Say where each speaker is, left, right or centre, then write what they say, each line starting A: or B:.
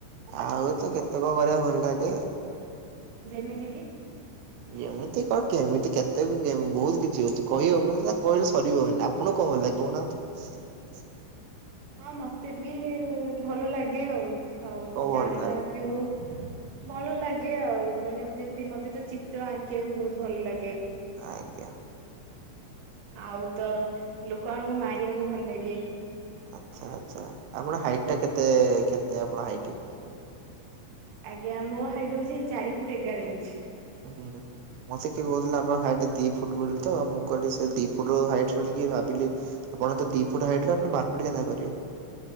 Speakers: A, on the right; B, on the right.
A: ଆଉ ତ କେତେ କଣ କରିବାକୁ ଭଲ ଲାଗେ।
B: ଯେମିତି କିି?
A: ଏମିତି କନ୍ କେମିତି କେତେ କେତି ବହୁତ କିଛି ଅଛି କହିବନି କହିଲେ ସରିବନି ଆପଣ କ କଣ ଭଲ ଲାଗେ କହୁନାହାନ୍ତି?
B: ହଁ ମତେ ବି ଭଲ ଲାଗେ ଆଉ। ହଉ
A: କଣ ଭଲ
B: ଯାହା
A: ଲାଗେ
B: ବି ହଉ ଭଲ ଲାଗେ ଏମତି ଆଉ ମାନେ ଯେମିତି ମତେ ତ ଚିତ୍ର ଆଙ୍କିବାକୁ ବହୁତ ଭଲ ଲାଗେ।
A: ଆଜ୍ଞା।
B: ଆଉ ତ ଲୋକମାନଙ୍କୁ ମାରିବାକୁ ଭଲ ଲାଗେ।
A: ଆଚ୍ଛା ଆଚ୍ଛା ଆପଣଙ୍କ ହାଇଟ ଟା କେତେ କେତେ ଆପଣ ହାଇଟ?
B: ଆଜ୍ଞା ମୋ ହାଇଟ୍ ହଉଛି ଚାରି ଫୁଟ ଏଗାର ଇଞ୍ଚ୍।
A: ହୁଁ ମତେ କିଏ କହୁଥିଲା ଆପଣ ହାଇଟ୍ ଦି ଫୁଟ ବୋଲି ତ ମୁଁ କହିଲି ସେ ଦି ଫୁଟ ର ହାଇଟ୍ ଶୁଣିକି ଭାବିଲି ଆପଣ ତ ଦି ଫୁଟ ହାଇଟ ର ଆପଣ ମାରପିଟ କେନ୍ତା କରିବେ।